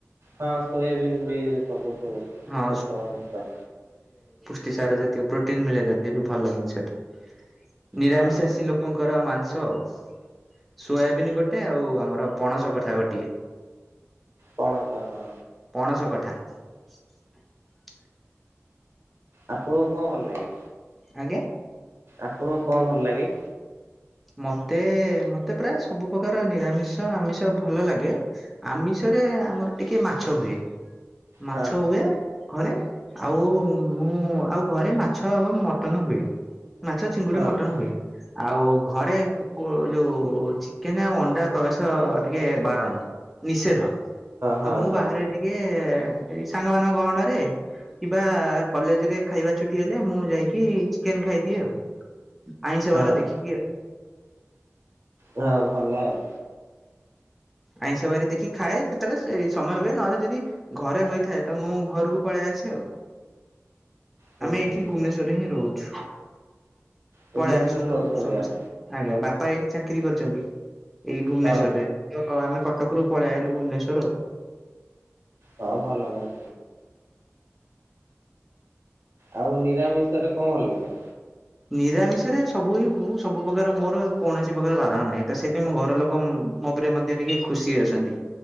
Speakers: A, on the right; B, in the centre.
A: ହଁ ସୋୟାବିନ ବି ସବୁଠୁ,
B: ହଁ
A: ଉତ୍ତମ ଦିନିଷ।
B: କି ସାର ଜାତୀୟ ପ୍ରୋଟିନ୍ ମିଳେ ତା ଦିହରୁ, ଭଲ ଜିନିଷ ଟି। ନିରାମିଷାସି
A: ହଁ
B: ଙ୍କର, ମାଂସ ଆଉ। ସୋୟାବିିନ ଗୋଟେ, ଆଉ ଆମର ପଣସ କଠା ଗୋଟିଏ।
A: ପଣସ, ହଁ।
B: ପଣସ <unintelligible>
A: ଆପଣଙ୍କୁ କଣ, ଭଲ ଲାଗେ?
B: ଆଜ୍ଞା।
A: ଆପଣଙ୍କୁ କଣ ଭଲ ଲାଗେ?
B: ମତେ, ମତେ ପ୍ରାୟ ସବୁ ପ୍ରକାର ନିରାମିଷ, ଆମିଷ ଭଲ ଲାଗେ। ଆମିଷରେ ଏ ଆମର ଟିକେ ମାଛ ହୁଏ। ମାଛ
A: ହଁ
B: ହୁଏ। ଘରେ ଆଉ, ମୁଁ, ଆଉ ଘରେ ମାଛ ଏବଂ ମଟନ ହୁଏ। ମାଛ, ଚିଙ୍ଗୁଡି
A: ହଁ
B: ମଟନ ହୁଏ। ଆଉ ଫେ, କୁ କୁ ଯୋଉ, ଚିକେନ ଆଉ ଅଣ୍ଡା ପ୍ରବେଶ ଟିକେ ବାରଣ, ନିଷେଧ।
A: ହଁ
B: ତ ମୁଁ
A: ହଁ
B: ବାହାରେ ଟିକେ, ଏଇ ସାଙ୍ଗମାନଙ୍କ ଗହଣରେ କିମ୍ବା କଲେଜରେ ଖାଇବା ଛୁଟି ହେଲେ, ମୁଁ ଯାଇକି ଚିକେନ ଖାଇଦିଏ ଆଉ ଆଇଁଷ
A: ହଁ।
B: ବାର ଦେଖି କିି ଆଉ।
A: ହଁ ଭଲ ଆଉ।
B: ଆଇଁଷ ବାରି ଦେଖି ଖାଏ। ସେତେବେଳେ ସେଇ ସମୟ ହୁଏ, ନହେଲେ ଯଦି ଘରେ ହୋଇଥାଏ ତ ମୁଁ ଘରକୁ ପଳେଇଆ ଆସେ ଆଉ।
A: ହୁଁ
B: ଆମେ ଏଇଠି ଭୁବନେଶ୍ୱରରେ ହିଁ ରହୁଛୁ।
A: ଭୁବନେଶ୍ୱରରେ
B: ପଳେଇ ଆସୁଛୁ
A: ରହୁଛନ୍ତି
B: ସମସ୍ତେ।
A: ଆପ
B: ଆଜ୍ଞା, ବାପା ଏଇଠି ଚାକିରି କରିଛନ୍ତି। ଏଇ ଭୁବନେଶ୍ଵରରେ,
A: ହଁ
B: ତ ଆମେ କଟକରୁୁ ପଳେଇ ଆଇଲୁ ଭୁବନେଶ୍ଵର ଆଉ।
A: ହଁ ଭଲ ଭାଇ। ଆଉ ନିରାମିଷରେ, କଣ ଭଲ ଲାଗେ?
B: ନିରାମିଷରେ ସବୁ ହିଁ, ମୁଁ ସବୁ ପ୍ରକାର ମୋର କୌଣସି ପ୍ରକାର ବାରଣ ନାହିଁ, ତ ସେଇଥିାଇଁ ମୋ ଘର ଲୋକ ମୋ ଉପରେ ମଧ୍ୟ ଟିକେ ଖୁସି ଅଛନ୍ତି।